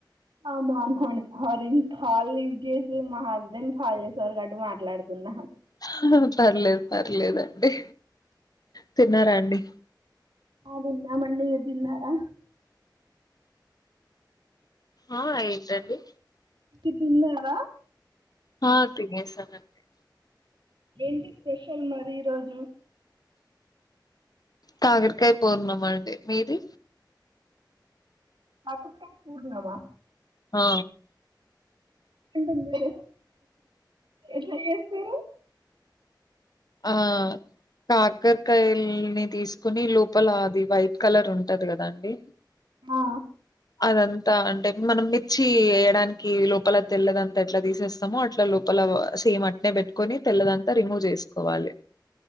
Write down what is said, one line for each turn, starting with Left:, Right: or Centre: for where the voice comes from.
Right: ఆ బాగునం అండి సారీ కాల్ లిఫ్ట్ చేసిది మా హస్బెండ్, కాల్ చేసారు కాబటి మాట్లాడుతున్నా
Left: హా పర్లేద్ పర్లేదండి తిన్నారా అండి?
Right: ఆ తినం అండి మీర్ తిన్నారా?
Left: ఆ ఏంటండీ
Right: ఇది తిన్నార
Left: ఆ తినేసానండి
Right: ఏంటి స్పెషల్ మరి ఈ రోజు
Left: కాకరకాయ పూర్ణం అండి మీది
Right: కాకరకాయ పూర్ణమా
Left: ఆ
Right: అంటే మీరు ఎట్లా చేస్తారు
Left: ఆ కాకరకాయలని తీసుకుని లోపల అది వైట్ కలర్ ఉంటది కదా అండి
Right: ఆ
Left: అదంతా అంటే మనం మిర్చి వేయడానికి లోపల తెల్లదంతా ఎట్లా తీసేస్తామో అట్లా లోపల సేమ్ అట్నే పెట్టుకొని తెల్లదంతా రిమూవ్ చేసుకోవాలి.